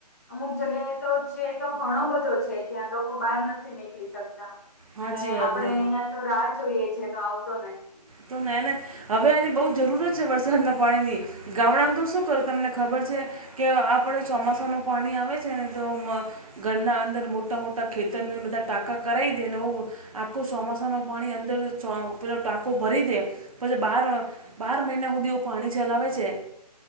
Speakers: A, on the left (about 25°); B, on the right (about 55°).
A: અમુક જગ્યાએ તો જ છે તો ઘણો બધો છે જ્યાં લોકો બહાર નથી નીકળી શકતા
B: હાચી
A: અને
B: વાત
A: આપડે
B: ને
A: અહિયાં તો રાહ જોઈએ છે તો આવતો નથી
B: તો નઈ ને હવે એની બહુ જરૂરત છે વરસાદના પાણીની, ગામડામાં તો શું કરો તમને ખબર છે, કે આપડે ચોમાસાનું પાણી આવે છે ને તો મ ઘરના અંદર મોટા મોટા ખેતરને બધા ટાંકા કરાઈ દે નેઊં આખું ચોમાસા નું પાણી અંદર <unintelligible> લોકો ભરી દે પછી બાર બાર મહિના હુંધી એવું પાણી ચલાવે છે.